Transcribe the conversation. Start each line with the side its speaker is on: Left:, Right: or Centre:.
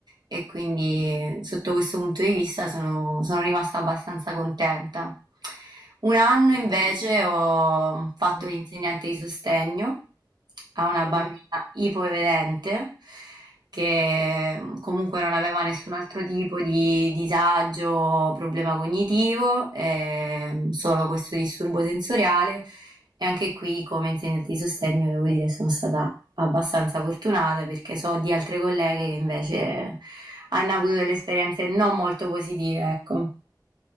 Right: e quindi sotto questo punto di vista sono, sono rimasta abbastanza contenta. Un anno
Left: eh,
Right: invece ho fatto
Left: mm,
Right: l'insegnante di sostegno a una
Left: mhm.
Right: bambina ipovedente che comunque non aveva nessun altro tipo di disagio o problema cognitivo, ehm, solo questo disturbo sensoriale. E anche qui, come insegnante di sostegno, devo dire, sono stata abbastanza fortunata perché so di altre colleghe che invece hanno avuto delle esperienze non molto positive, ecco.